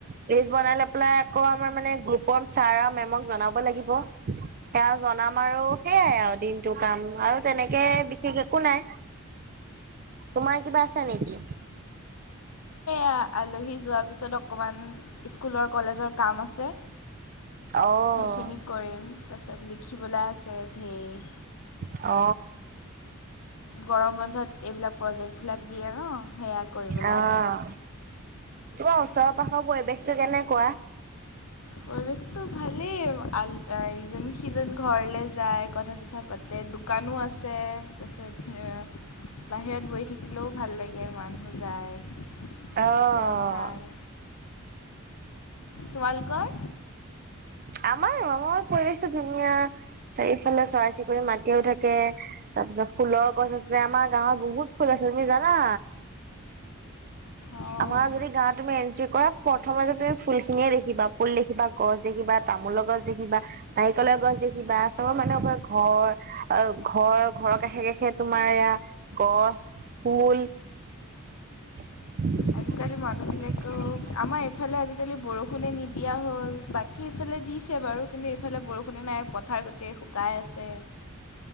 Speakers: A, on the right; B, on the left.
A: লিষ্ট বনাই লৈ পেলাই আকৌ আমাৰ মানে গ্ৰুপৰ ছাৰ মেমক জনাব লাগিব। সেয়া জনাম আৰু সেইয়াই আৰু দিনটো কাম আৰু তেনেকে বিশেষ একো নাই, তোমাৰ কিবা আছে নেকি?
B: আ, আলহী যোৱাৰ পিছত অকমান স্কুলৰ কলেজৰ কাম আছে।
A: অ',
B: সেইখিনি কৰিম, তাৰ পিছত লিখিবলৈ আছে ধেৰ
A: অ
B: গৰম বন্ধত এইবিলাক প্ৰজেক্ট বিলাক দিয়ে ন সেয়া কৰিবলৈ
A: আহ।
B: আছে।
A: তোমাৰ ওচৰৰ পাখৰ পৰিৱেশটো কেনেকুৱা?
B: পৰিবেশতো ভালেই ইজন সিজন ঘৰলে যায় কথা চ, কথা পাতে দোকানো আছে তাৰপছত বাহিৰত বৈ, বহি থাকিলেও ভাল লাগে মানুহ যায়
A: অ'।
B: এতিয়া ভাল, তোমালোকৰ?
A: আমাৰ ৰঙৰ পৰিৱেশটো ধুনীয়া চাৰিওফালে চৰাই চিৰিকতিয়ে মাতিয়েই থাকে। তাৰপিছত ফুলৰ গছ আছে আমাৰ গাঁৱত বহুত ফুল আছে তুমি জানা?
B: অঁ
A: আমাৰ যদি গাৱত, তুমি এণ্ট্ৰি কৰা প্ৰথমতে তুমি ফুলখিনিয়ে দেখিবা, ফুল দেখিবা, গছ দেখিবা তামোলৰ গছ দেখিবা, নাৰিকলৰ গছ দেখিবা চবৰ মানুহে ক ঘৰ আহ ঘৰ ঘৰৰ কাষে কাষে তোমাৰ এয়া, গছ ফুল, <unintelligible>
B: আজিকালি মানুহ বিলাক,
A: <unintelligible>
B: আমাৰ এইফালে আজিকালি বৰষুণে নিদিয়া হ'ল বাকী এইফালে দিছে বাৰু কিন্তু এইফালে বৰষুণে নাই, পথাৰ গোটেই শুকাই আছে।